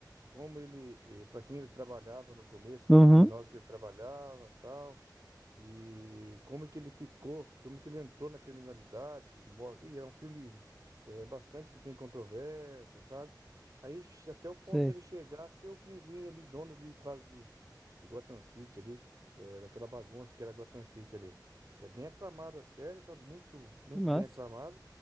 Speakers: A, on the right (about 45°); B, in the centre.
A: como ele, para quem ele trabalhava no começo, para
B: Uhum.
A: os criminosos que ele trabalhava, tal. E como que ele ficou, como que ele entrou na criminalidade. mo- E é um filme é, bastante que tem controvérsia, sabe? Aí che- até o ponto
B: Sei.
A: dele chegar a ser o pinguim ali, dono ali quase de, de Gotham City ali, é, daquela bagunça que era Gotham City ali. E é bem aclamada a série, sabe? Muito, muito
B: Que massa.
A: bem aclamada.